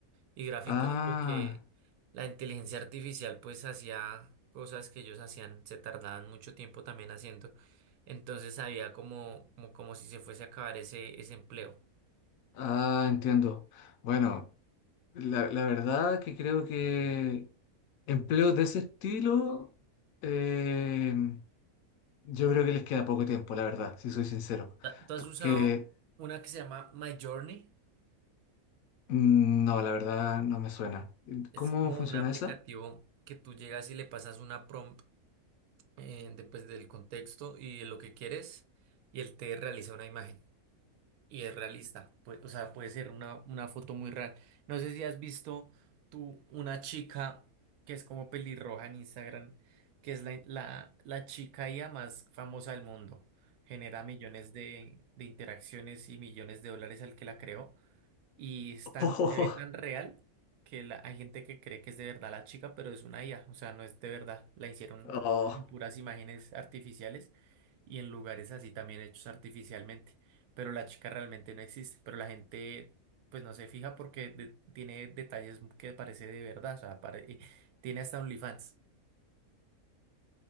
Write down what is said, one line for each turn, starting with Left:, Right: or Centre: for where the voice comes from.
Right: y gráficos
Left: Ah,
Right: porque la inteligencia artificial pues hacía cosas que ellos hacían, se tardaban mucho tiempo también haciendo. Entonces había como, como, como si se fuese a acabar ese, ese empleo.
Left: ah, entiendo. Bueno, la, la verdad que creo que empleos de ese estilo... em, Yo creo que les queda poco tiempo, la verdad, si soy sincero.
Right: Ta- ¿Tú has
Left: Porque
Right: usado una que se llama My Journey?
Left: mm, no, la verdad no me suena.
Right: Es
Left: ¿Cómo
Right: como
Left: funciona
Right: un aplicativo
Left: esa?
Right: que tú llegas y le pasas una prompt eh, después del contexto y de lo que quieres y él te realiza una imagen. Y es realista, pues, o sea, puede ser una, una foto muy real. No sé si has visto tú una chica que es como pelirroja en Instagram, que es la, la, la chica IA más famosa del mundo. Genera millones de, de interacciones y millones de dólares al que la creó. Y es
Left: <laughs>
Right: tan- se ve tan real que la- hay gente que cree que es de verdad la chica, pero es una IA, o sea, no es de verdad. La hicieron
Left: Oh, oh.
Right: en puras imágenes artificiales y en lugares así también hechos artificialmente. Pero la chica realmente no existe, pero la gente pues no se fija porque de- tiene detalles que parece de verdad, o sea, pare- y tiene hasta OnlyFans.